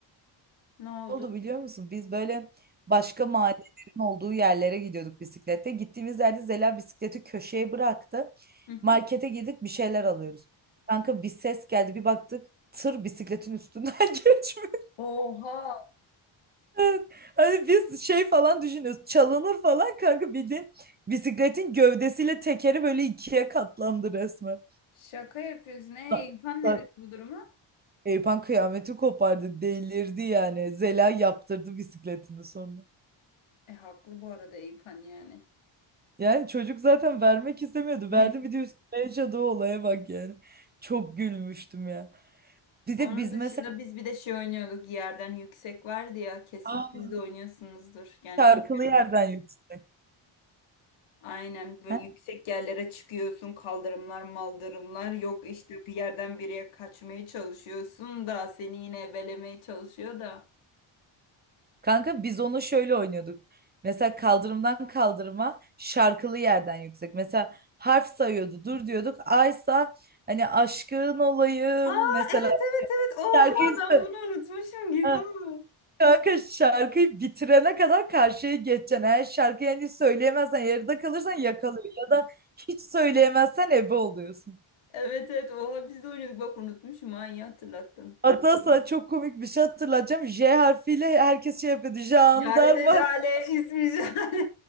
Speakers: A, on the left; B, on the right.
A: Ne oldu?
B: oldu biliyor musun? Biz böyle başka mahallelerin olduğu yerlere gidiyorduk bisiklette. Gittiğimiz yerde Zela bisikleti köşeye bıraktı.
A: Hı hı.
B: Markete girdik bir şeyler alıyoruz. Kanka bir ses geldi bir baktık tır bisikletin üstünden <laughs> geçmiş.
A: Oha!
B: <laughs> Evet. Hani biz şey falan düşünüyoruz. Çalınır falan kanka bildiğin bisikletin gövdesiyle tekeri böyle ikiye katlandı resmen.
A: Şaka yapıyorsun. E,
B: Ta-
A: İlpan
B: ta-
A: ne dedi bu duruma?
B: Eyüphan kıyameti kopardı. Delirdi yani. Zela yaptırdı bisikletini sonra.
A: E haklı bu arada İlpan yani.
B: Yani çocuk zaten vermek istemiyordu.
A: <laughs>
B: Verdi bir de üstüne yaşadığı olaya bak yani. Çok gülmüştüm ya. Bir
A: Onun
B: de biz
A: dışında
B: mesela
A: biz bir de şey oynuyorduk. Yerden yüksek vardı ya. Kesin
B: Aa,
A: siz de oynuyorsunuzdur. Yani
B: şarkılı
A: küçükken
B: yerden
A: oynuyorum.
B: yüksek.
A: Aynen böyle
B: He?
A: yüksek yerlere çıkıyorsun. Kaldırımlar, maldırımlar. Yok işte bir yerden bir yere kaçmaya çalışıyorsun da seni yine ebelemeye çalışıyor da.
B: Kanka biz onu şöyle oynuyorduk. Mesela kaldırımdan kaldırıma şarkılı yerden yüksek. Mesela harf sayıyordu. Dur diyorduk. Aysa hani aşkın olayım
A: Aa
B: mesela
A: evet evet evet. Oha
B: şarkıyı
A: ben
B: sö-
A: bunu unutmuşum Gizem.
B: Ha, kanka şarkıyı bitirene kadar karşıya geçeceksin. Eğer şarkıyı hani söyleyemezsen yarıda kalırsan yakalıyor ya da hiç söyleyemezsen ebe oluyorsun.
A: Evet evet oha biz de oynuyorduk bak unutmuşum ha iyi hatırlattın.
B: Hatta sana çok komik bir şey hatırlatacağım. J harfiyle herkes şey yapıyordu. Jandarma.
A: Jale de Jale ismi Jale.